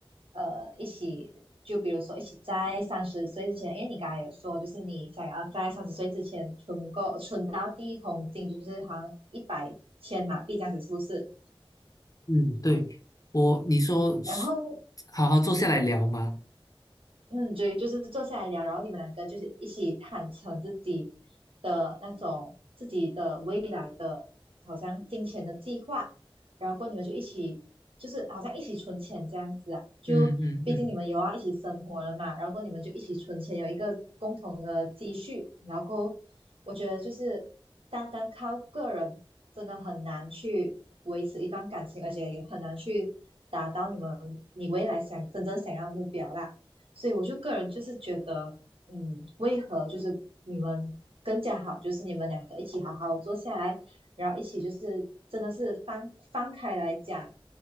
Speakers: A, on the right (about 70°); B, on the left (about 40°).
A: 呃一起就比如说一起在三十岁之前，因为你刚才有说就是你想要在三十岁之前存够存到第一桶金，就是好像一百千马币这样子，是不是？
B: 嗯，对，我，你说是
A: 然后
B: 好好坐下来聊嘛，
A: 嗯，对，就是坐下来聊，然后你们两个就是一起坦诚自己的那种自己的未来的，好像金钱的计划，然后过后你们就一起，就是好像一起存钱这样子啊，就毕竟你们有要一起生活了嘛，
B: 嗯嗯嗯，
A: 然后过后你们就一起存钱，有一个共同的积蓄，然后过后我觉得就是单单靠个人真的很难去维持一段感情，而且也很难去达到你们你未来想真正想要的目标啦。所以我就个人就是觉得，嗯，为何就是你们更加好，就是你们两个一起好好坐下来，然后一起就是真的是翻翻开来讲，